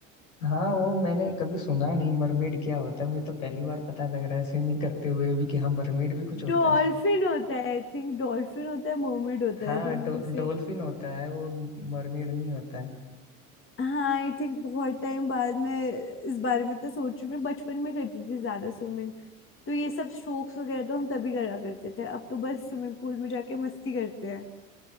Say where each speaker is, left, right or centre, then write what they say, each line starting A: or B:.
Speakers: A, on the left (about 80°); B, on the left (about 30°).
A: हाँ वो मैंने कभी सुना नहीं मरमेड क्या होता है मुझे तो पहली बार पता लग रहा है स्विमिंग करते हुए भी कि हाँ मरमेड भी कुछ होता
B: डॉल्फिन
A: है
B: होता है आई थिंक डॉल्फिन होता है मोमेड होता
A: हाँ
B: है दोनों
A: डो,
B: में से
A: डोल्फिन होता है वो मरमेड नहीं होता है
B: हाँ आई थिंक बहुत टाइम बाद में इस बारे में तो सोच रही हूँ मैं बचपन में करती थी ज्यादा स्विमिंग तो ये सब स्ट्रोक्स वगैरह तो हम तभी करा करते थे अब तो बस स्विमिंग पूल में जाके मस्ती करते हैं